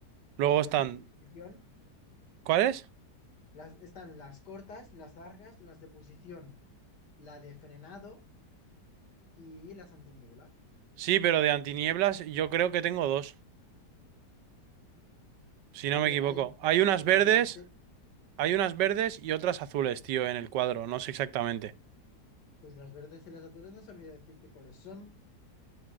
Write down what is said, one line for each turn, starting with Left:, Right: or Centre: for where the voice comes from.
Right: Luego
Left: Luego
Right: están...
Left: están las de posición,
Right: ¿Cuáles?
Left: las, están las cortas, las largas, las de posición, la de frenado y las antiniebla.
Right: Sí, pero de antinieblas yo creo que tengo dos, si
Left: A
Right: no
Left: ver,
Right: me equivoco.
Left: ahí
Right: Hay
Left: están
Right: unas verdes,
Left: las delante,
Right: hay unas verdes y otras azules, tío, en el cuadro. No sé exactamente.
Left: Pues las verdes y las azules no sabría decirte cuáles son.